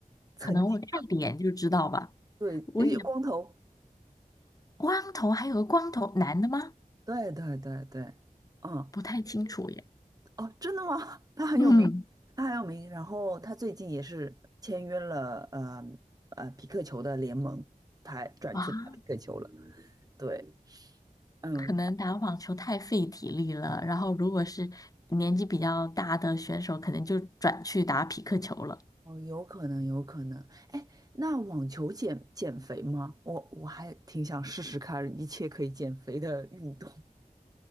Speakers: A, on the right; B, on the left.
A: 曾经
B: 可能我看脸就知道吧。
A: 对，
B: 我也
A: 呃光头，
B: 光头，还有个光头男的吗？
A: 对对对对，嗯。
B: 不太清楚耶。
A: 哦，真的吗？<laughs> 他很有名，
B: 嗯，
A: 他很有名。然后他最近也是签约了，呃呃，匹克球的联盟，他转去打匹克球了。
B: 啊，
A: 对，嗯，
B: 可能打网球太费体力了，然后如果是年纪比较大的选手，可能就转去打匹克球了。
A: 哦，有可能，有可能。哎，那网球减减肥吗？我我还挺想试试看一切可以减肥的运动。